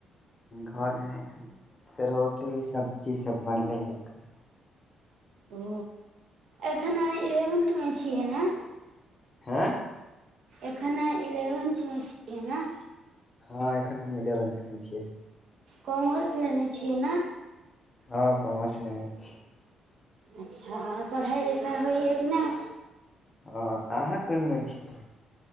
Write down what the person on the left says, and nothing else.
घर मे एखन से रोटी सब्जी सब बनले यऽ एखन
हे
हँ एखन हम इलेवेन्थ मे छियै
हँ कॉमर्स लेने छी
हँ अहाँ कोन मे घियै